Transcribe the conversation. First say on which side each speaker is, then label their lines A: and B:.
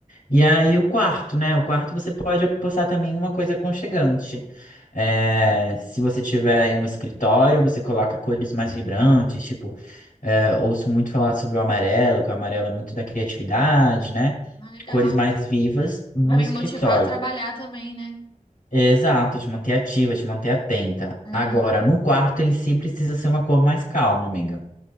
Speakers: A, on the left; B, on the left.
A: E aí o quarto, né? O quarto você pode apostar também em uma coisa aconchegante. É, se você tiver aí um escritório, você coloca cores mais vibrantes, tipo, é, ouço muito falar sobre o amarelo, que o amarelo é muito da criatividade, né?
B: Ah, legal.
A: Cores mais vivas no
B: Vai me
A: escritório.
B: motivar a trabalhar também, né?
A: Exato, te manter ativa, te manter atenta.
B: É.
A: Agora, no quarto em si precisa ser uma cor mais calma, amiga